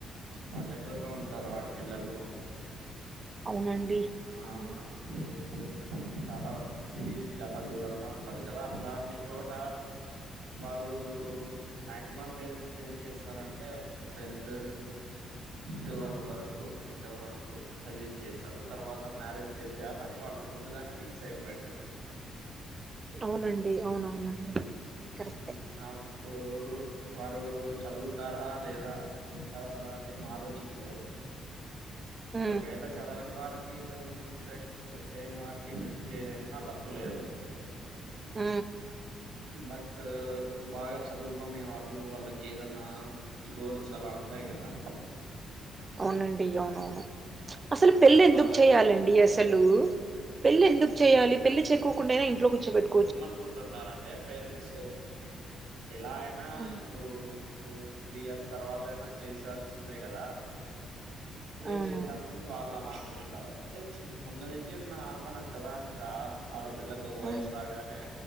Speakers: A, on the right; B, on the right.
A: పల్లెటూరులో ఉంటారు ఆడపిల్లలు
B: అవునండి
A: ఆ
B: మ్,
A: అంటే ఇప్పుడు చాలా సిటీస్ కి చాలా దూరంగా ఉంటది కదా అట్లాంటి చోట వారు మాక్సిమం పేరెంట్స్ ఏం చేస్తారంటే టెన్త్ ట్వెల్వ్ వరకు ఇంటర్ వరకు చదివిచ్చేసారు తర్వాత మ్యారేజ్ చేసేయాలని వాళ్ళు ముందుగానే ఫిక్స్ అయిపోయింటారండి
B: అవునండి అవునవునండి కరెక్టే
A: ఊ అప్పుడు వారు చదువుతారా లేదా చదవరా అదేం ఆలోచించరు
B: ఉ
A: ఓకవేళ చదవనీ వారక్ ఏ చదువు మీద ఇంట్రెస్ట్ లేని వారికి పెళ్లి చేసేసినా తప్పు లేదు
B: ఉ
A: బట్ ఇప్పుడు బాగా చదువుకునే వాళ్ళు వాళ్ళకి ఏదన్నా గోల్స్ అలా ఉంటాయి గదా
B: అవునండి అవునవును అసలు
A: అలాంటి
B: పెళ్ళి ఎందుక్
A: వాళ్ళకి
B: చేయాలండి అసలూ పెళ్లి ఎందుకు చేయాలి పెళ్ళి చేకోకుండా ఇంట్లో కూర్చోపెట్టు
A: ఎమనుకుంటున్నారంటే పేరెంట్స్ ఎలా అయినా
B: ఆ,
A: ఇప్పుడు టూ త్రీ ఇయర్స్ తర్వాత అయినా చేసే యాల్సిందే గదా ఇప్పుడే
B: అవును
A: చేద్దామని అనీ వాళ్ళు అలా అనుకుంటారు అంటే చిన్ ముందు నుంచి ఉన్నా ఆచారం కదా ఇంకా ఆడపిల్లకు ఒక వయసు
B: ఆ,
A: రాగానే